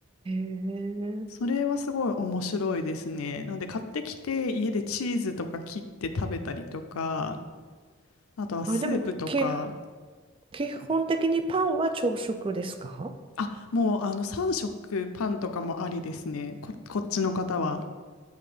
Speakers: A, on the right (about 25°); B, on the left (about 85°).
A: え、へえ
B: それはすごい面白いですね。なので買ってきて家でチーズとか切って食べたりとか、あとはスープとか、
A: あ、でも、け、基本的にパンは朝食ですか
B: あ、もうあの3食パンとかもありですね、こ、こっちの方は。